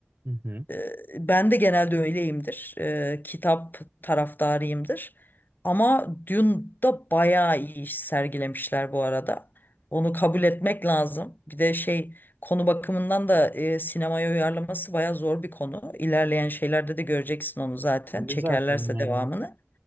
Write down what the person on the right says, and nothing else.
Hı hı.
Ne
zaten yani.